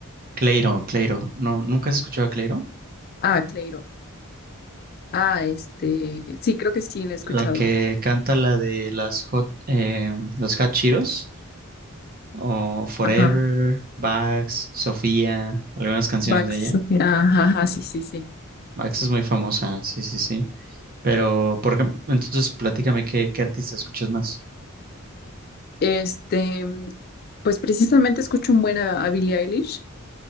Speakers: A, on the right (about 45°); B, on the left (about 45°).
A: Cleiro, Cleiro. No, ¿nunca has escuchado a Cleiro?
B: Ah, Cleiro. Ah, este... Sí, creo que sí, lo he escuchado.
A: La que canta la de las Hot, eh, los Hot Cheetos o Forever,
B: Ajá.
A: Bax, Sofía, algunas canciones
B: Vax.
A: de ella.
B: Ok. Ajá, ajá, sí, sí, sí.
A: Bax es muy famosa, sí, sí, sí. Pero, por ejemplo, entonces platícame qué, qué artista escuchas más.
B: Este, pues precisamente escucho un buen a, a Billie Eilish.